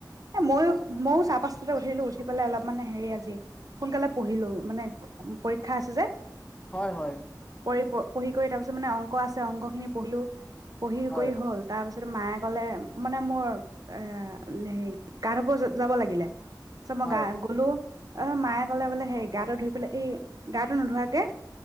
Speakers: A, on the right; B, on the left.
A: এ ময়ো ময়ো চাই পাঁচটাতে উঠিলো উঠি পেলাই অলপ মানে হেৰি আজি সোনকালে পঢ়িলো মানে পৰীক্ষা আছে যে।
B: হয় হয়।
A: পৰি পঢ়ি কৰি তাৰ পিছত মানে অংক আছে অংক খিনি পঢ়িলো। পঢ়ি
B: হয়
A: কৰি হ'ল তাৰ পিছত? ত মায়ে কলে, মানে মোৰ। এ, হে গা ধুব যাব লাগিলে। ত মই
B: হয়
A: গ'লো। অ মায়ে ক'লে বোলে হেই, গাটো ধুই পেলাই এই গাটো নোধোৱাকে।